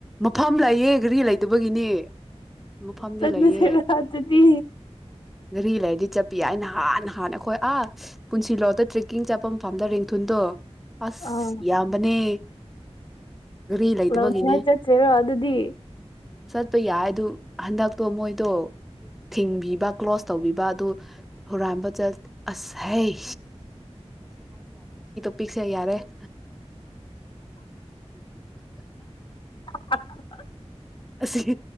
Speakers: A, in the centre; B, on the left (about 50°).
A: ꯃꯐꯝ ꯂꯩꯑ ꯒꯥꯔꯤ ꯂꯩꯇꯕꯒꯤꯅꯤ ꯃꯐꯝꯗꯤ
B: ꯆꯠꯂꯁꯤꯔ
A: ꯂꯩꯑ
B: ꯑꯗꯨꯗꯤ
A: ꯉꯔꯤ ꯂꯩꯔꯗꯤ ꯆꯠꯄꯤ ꯌꯥ ꯑꯩꯅ ꯍꯥꯟꯅ ꯍꯥꯟꯅ ꯑꯩꯈꯣꯏ ꯑꯥ ꯄꯨꯟꯁꯤ ꯂꯧꯗꯠꯇ꯭ꯔꯤ ꯀꯀꯤꯡ ꯆꯥꯐꯝ ꯐꯐꯝꯝꯗ ꯔꯦꯡꯊꯨꯟꯗꯣ ꯑꯁ
B: ꯑꯥ
A: ꯌꯥꯝꯕꯅꯦ <inaudible> ꯂꯩꯇꯕꯒꯤꯅꯤ
B: ꯂꯧꯥꯎꯅꯤꯡꯉꯥꯏ ꯆꯠꯁꯦꯔꯣ ꯑꯗꯨꯗꯤ
A: ꯆꯠꯄ ꯌꯥꯏ ꯑꯗꯨ ꯍꯟꯗꯛꯇꯣ ꯃꯣꯏꯗꯣ ꯊꯤꯡꯕꯤꯕ ꯀ꯭ꯂꯣꯁ ꯇꯧꯕꯤꯕ ꯑꯗꯨ ꯍꯨꯔꯥꯟꯕ ꯆꯠ ꯑꯁꯩ ꯄꯤꯛꯁꯦ ꯌꯥꯔꯦ
B: ꯑ
A: ꯑꯁꯤꯁ